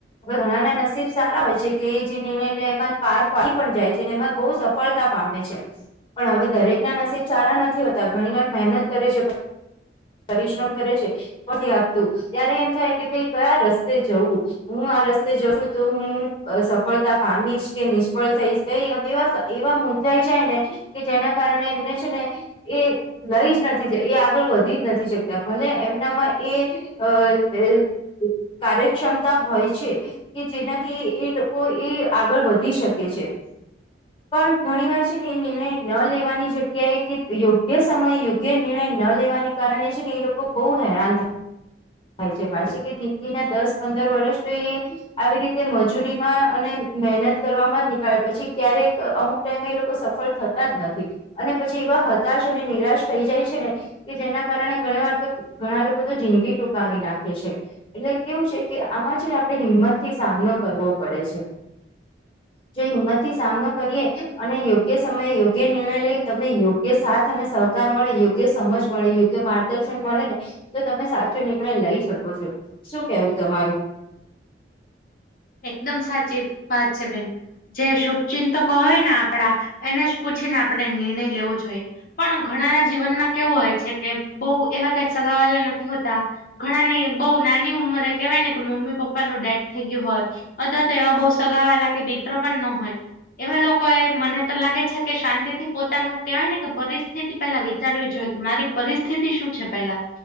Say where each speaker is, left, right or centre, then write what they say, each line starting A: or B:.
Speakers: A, on the left (about 25°); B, on the left (about 50°).
A: હવે ઘણા ના નસીબ સારા હોય છે કે એ જે નિર્ણય લે એમાં પાર પડી પણ જાય છે. ને એમાં બહુ સફ સફળતા પામે છે. પણ હવે દરેકના નસીબ સારા નથી હોત તા ઘણી વાર મહેનત કરે છે, પરિશ્રમ કરે છે. નથી આપતું. ત્યારે એમ થાય કે ભાઈ કયા રસ્તે જવું. હું આ રસ્તે જઉં છું તો હું સફળતા પામીશ કે, નિષ્ફળ થઈશ. તો એ એવા એવા મુંજાઈ જાય ને કે જેના કારણે એમને છે ને એ લઈ જ નથી એ આગળ વધી જ નથી શકતા, ભલે એમનામાં એ અ કાર્યક્ષમતા હોય છે. કે જેનાથી એ લોકો એ આગળ વધી શકે છે. પણ ઘણી વાર છે ને એ નિર્ણય ન લેવાની જગ્યાએ કે યોગ્ય સમય યોગ્ય નિર્ણય ન લેવાને કારણે છે ને એ લોકો બહુ હેરાન થાય. થાય છે પાછે છે કે જિંદગીના દસ પંદર વર્ષ તો એ આવી રીતે મજૂરીમાં અને મહેનત કરવામાં જ નીકાળે. પછી ક્યારેક અમુક ટાઈમે એ લોકો સફળ થતા જ નથી. અને પછી એવા હતાશ અને નિરાશ થઇ જાય છે ને કે જેના કારણે ઘણી વાર તો ઘણા લોકો તો જિંદગી ટૂંકાવી નાખે છે. એટલે કેવું છે કે આમાં છે ને આપણે હિંમતથી સામનો કરવો પડે છે. જો હિંમતથી સામનો કરીએ અને યોગ્ય સમયે યોગ્ય નિર્ણય લઈ તમને યોગ યોગ્ય સાથ અને સહકાર મળે, યોગ્ય સમજ મળે, યોગ્ય માર્ગદર્શન મળે ને તો તમે સાચો નિર્ણય લઈ શકો છો. શું કેવું તમારું?
B: એકદમ સાચી વાત છે બેન. જે શુભચિંતકો હોય ને આપડા એને જ પૂછીને આપણે નિર્ણય લેવો જોઈએ. પણ ઘણાના જીવનમાં કેવું હોય છે કે બહુ એવા કઈ સગાવાલા નથી હોતા. ઘણા ને બહુ નાની ઉંમરે કહેવાય ને કે મમ્મી પપ્પાનું ડેથ થઈ ગયું હોય. અથવા તો એવા બહુ સગાવાલા કે મિત્રો પણ ન હોય. એવા લોકો એ મને તો લાગે છે કે શાંતિથી પોતાનું કેહેવાય ને કે પરિસ્થિતિ પેલા વિચારવી જોઈએ કે મારી પરિસ્થિતિ શું છે પેલા.